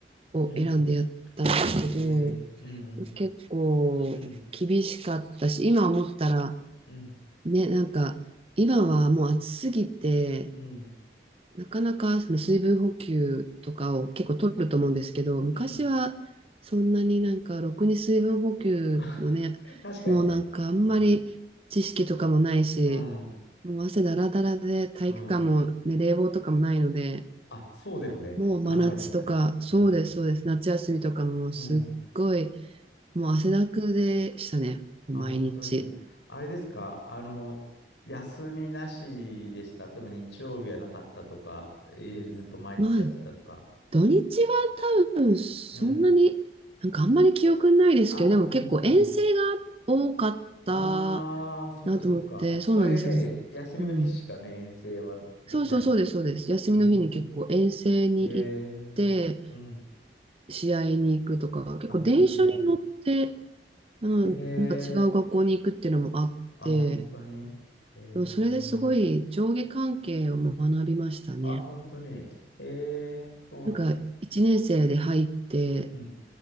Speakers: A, on the right (about 35°); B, on the left (about 85°).
A: を選んでやったんですけど、
B: うん、えー、うん、うん、
A: 結構厳しかったし、
B: うん、
A: 今思ったら、
B: うん、
A: ね、なんか、今はもう暑すぎて、
B: うん。
A: なかなかその水分補給とかを結構取ると思うんですけど、昔はそんなになんかろくに水分補給のね、
B: うんあ、<laughs> 確かにね。
A: もうなんかあんまり知識とかもないし、
B: うん、うん、
A: もう汗だらだらで体育館も、
B: うん。
A: ね、冷房とかもないので、
B: あ、そうだよね。
A: もう真夏とか、
B: 考えてみたら。
A: そうです、
B: うん。
A: そうです、夏休みとかもすっごい、
B: うん。
A: もう汗だくでしたね、毎日。
B: あ、本当に。あれですか。あの、休みなしでした。例えば日曜日はなかったとか、えーずっと毎日やってたとか。
A: まあ土日は多分そんなに、
B: うん。
A: なんかあんまり記憶ないですけど、
B: あ、本当に。
A: でも結構遠征が多かった
B: うん。ああ、そっかそっか。
A: なと思って、そうなんですよ。
B: それね、休みの日しかね、
A: うん。
B: 遠征はできないもんね。
A: そうそうそうです、そうです。休みの日に結構遠征に行って、
B: うーん。えー。うん。
A: 試合に行くとか、結構電車に乗って、
B: あ、本当に。
A: うん、
B: えー。
A: なんか違う学校に行くっていうのもあって、
B: あ、本当に。えー。
A: でもそれですごい上下関係を学びましたね。
B: あ、本当に。ええそうなんだ。
A: なんか1年生で入って、
B: うん。